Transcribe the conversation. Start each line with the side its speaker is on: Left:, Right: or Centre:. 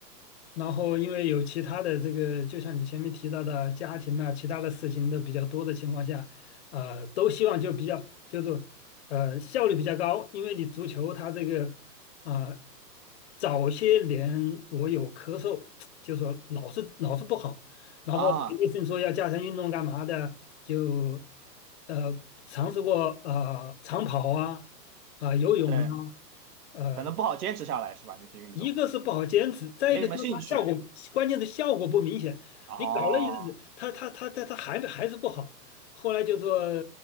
Left: 然后因为有其他的这个，就像你前面提到的家庭啊，其他的事情都比较多的情况下，呃，都希望就比较就是呃效率比较高，因为你足球它这个啊、呃早些年我有咳嗽，就说老是老是不好，然后医生说要加强运动干嘛的，
Right: 啊。
Left: 就呃尝试过呃长跑啊啊、游泳啊。
Right: 对，
Left: 呃。
Right: 可能不好坚持下来，是吧？那些运动
Left: 一个是不好坚持，再一个就是它效果，
Right: 没什么兴趣
Left: 关键是效果不明显。
Right: 哦。
Left: 你搞了一日，他他他他它还还是不好。后来就说